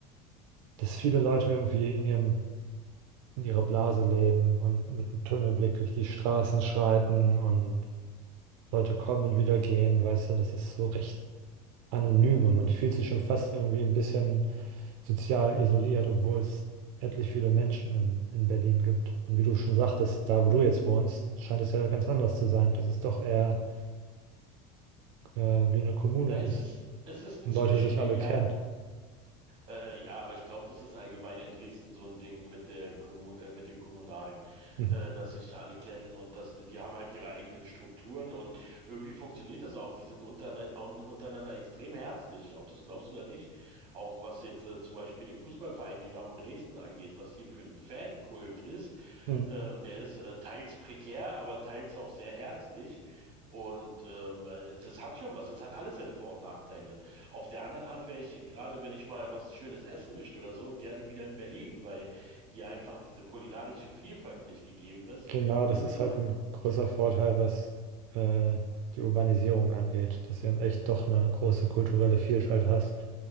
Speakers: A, on the right (about 75°); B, on the right (about 30°).
A: dass viele Leute irgendwie in ihrem in ihrer Blase leben und mit einem Tunnelblick durch die Straßen schreiten und Leute kommen und wieder gehen, weißt du, das ist so recht anonym und man fühlt sich schon fast irgendwie ein bisschen sozial isoliert, obwohl es etlich viele Menschen in, in Berlin gibt. Und wie du schon sagtest, da wo du jetzt wohnst, scheint es ja ganz anders zu sein, dass es doch eher äh, wie eine Kommune
B: Na, es
A: ist
B: ist, es ist ein
A: und
B: Zwischending.
A: Leute sich alle
B: Ja,
A: kennen.
B: Äh, ja, aber ich glaube, das ist allgemein in Dresden so ein Ding mit der Kommun äh, mit dem Kommunalen,
A: Mhm.
B: äh, dass sich alle kennen und dass die, die haben halt ihre eigenen Strukturen und irgendwie funktioniert das auch. Die sind unterne un untereinander extrem herzlich, ob du es glaubst oder nicht. Auch was jetzt äh, zum Beispiel den Fußballverein Dynamo Dresden angeht, was hier für ein Fankult ist.
A: Mhm.
B: Ähm, der ist äh, teils prekär, aber teils auch sehr herzlich. Und ähm, äh, das hat schon was. Das hat alles seine Vor- und Nachteile. Auf der anderen Art wäre ich, gerade wenn ich mal was Schönes essen möchte oder so, gerne wieder in Berlin, weil hier einfach diese kulinarische Vielfalt nicht gegeben ist.
A: Genau,
B: Irgendwie
A: das ist
B: macht,
A: halt ein großer Vorteil, was äh, die Urbanisierung angeht, dass du eben echt doch eine große kulturelle Vielfalt hast,